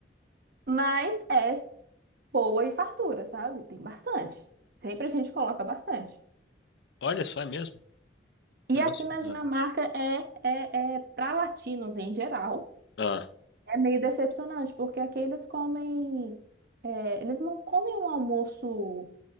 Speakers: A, on the right; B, on the left.
A: Mas é boa e fartura, sabe? Tem bastante. Sempre a gente coloca bastante.
B: Olha só, é mesmo?
A: E
B: Nossa,
A: aqui na Dinamarca
B: ah,
A: é, é, é para latinos em geral.
B: ah.
A: É meio decepcionante, porque aqui eles comem. é, eles não comem um almoço